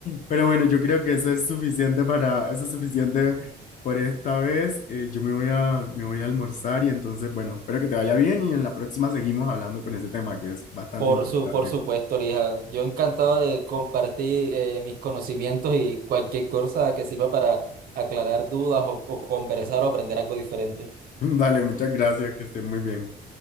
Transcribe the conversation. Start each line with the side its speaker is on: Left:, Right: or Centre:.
Left: pero bueno, yo creo que eso es suficiente para, eso es suficiente por esta vez. Eh, yo me voy a, me voy a almorzar y entonces, bueno, espero que te vaya bien y en la próxima seguimos hablando con ese tema que es bastante
Right: por
Left: interesante.
Right: su, por supuesto, Lija. Yo encantado de compartir eh, mis conocimientos y cualquier cosa que sirva para aclarar dudas o, o conversar o aprender algo diferente.
Left: <laughs> Vale, muchas gracias, que esté muy bien.